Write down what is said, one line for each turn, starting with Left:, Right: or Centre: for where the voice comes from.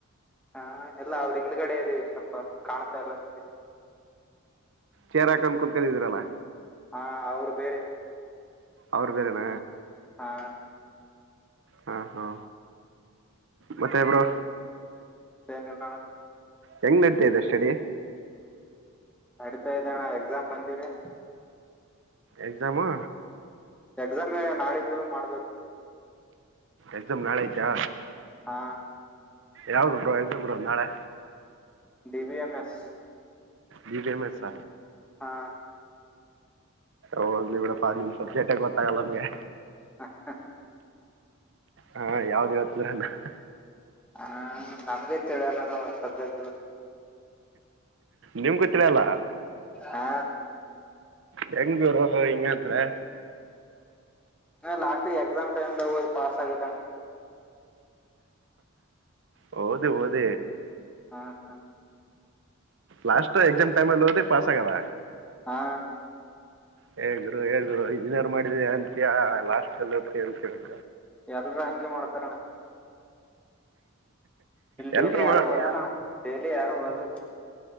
Centre: ಹಾ ಎಲ್ಲಾ ಅವ್ರ ಹಿಂದ್ಗಡೆ ಇದ್ದೀವಿ ಸ್ವಲ್ಪ ಕಾಣ್ತಾ ಇಲ್ಲ ನಿಮ್ಗೆ
Right: ಚೇರ್ ಹಾಕನ್ ಕುತ್ಕದಿರಲ್ಲ
Centre: ಹಾ ಅವ್ರ್ ಬೇರೆ
Right: ಅವರ್ ಬೇರೇನ
Centre: ಹಾ
Right: ಹಾ ಹಾ ಮತ್ತೆ ಬ್ರೊ
Centre: ಏನ್ ಇಲ್ಲ ಅಣ್ಣ
Right: ಹೆಂಗ್ ನಡೀತಾಯಿದೆ ಸ್ಟಡಿ
Centre: ನಡೀತಾ ಇದ್ದಣ್ಣ ಎಕ್ಸಾಮ್ ಬಂದಿದೆ
Right: ಎಕ್ಸಾಮು
Centre: ಎಕ್ಸಾಮ್ ನಾಳಿದ್ದು ಮಾಡ್ಬೇಕು
Right: ಎಕ್ಸಾಮ್ ನಾಳೆ ಐತಾ
Centre: ಹಾ
Right: ಯಾವ್ದ ಬ್ರೊ ಎಕ್ಸಾಮ್ ಬ್ರೋ ನಾಳೆ
Centre: D. B. M. S.
Right: D. B. M. S.
Centre: ಹಾ
Right: ಹೋಗ್ಲಿ ಬಿಡಪ್ಪಾ ನಿಮ್ ಸಬ್ಜೆಕ್ಟ ಗೊತ್ತಾಗಲ್ಲ ನಮ್ಗೆ
Centre: ಹಾ ಹಾ
Right: ಹಾ ಯಾವ್ದ್ <unintelligible>
Centre: ಹಾ ನಮ್ಗೆ ತಿಳಿಯಲ್ಲ ನಾವು ಸುಬ್ಜೆಕ್ಟ್ ಗಳು
Right: ನಿಮ್ ಗೊತ್ತಿಲ್ಲ ಅಲ್ಲ
Centre: ಹಾ
Right: ಹೆಂಗ್ ಗುರು ಹಿಂಗಂದ್ರೆ
Centre: ಲಾಸ್ಟ್ ಎಕ್ಸಾಮ್ ಟೈಮ್್ದಾಗ ಹೋದ್ ಪಾಸ್ ಆಗತ್ತಣ
Right: ಹೌದು ಹದ
Centre: ಹಾ ಹಾ
Right: ಲಾಸ್ಟ್ ಎಕ್ಸಾಮ್ ಟೈಮ್ ಅಲ್ಲಿ ಹೋದಿ ಪಾಸ್ ಆಗದ
Centre: ಹಾ
Right: ಹೇ ಗುರು ಹೇ ಗುರು ಇಂಜಿನಿಯರ್ ಮಾಡಿದ ಅಂತಿಯ ಲಾಸ್ಟ್ ಅಲ್ಲಿತ್ತ ಹೇಳ್ತೇವಿ
Centre: ಎಲ್ರು ಹಂಗೆ ಮಾಡ್ತಾರಣ್ಣ
Right: ಎಲ್ರು
Centre: ಡೈಲಿ ಯಾರು
Right: ಮಾಡ್
Centre: ಓದಲ್ಲಣ
Right: <unintelligible>
Centre: ಡೈಲಿ ಯಾರು ಓದಲ್ಲ